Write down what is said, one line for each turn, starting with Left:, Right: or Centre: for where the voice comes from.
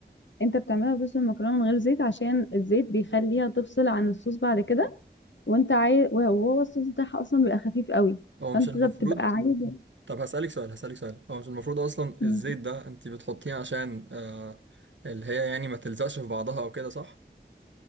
Left: انت بتعملها بصوص المكرونه من غير زيت عشان الزيت بيخليها تفصل عن الصوص بعد كده وانت عايز وهو الصوص بتاعها اصلا بيبقى خفيف قوي
Right: هو
Left: فانت
Right: مش المفروض
Left: ده بتبقى عايز
Right: طب هسألك سؤال هسألك سؤال هو مش المفروض اصلا
Left: مم.
Right: الزيت ده انت بتحطيه عشان آه اللي هي يعني ما تلزقش في بعضها او كده صح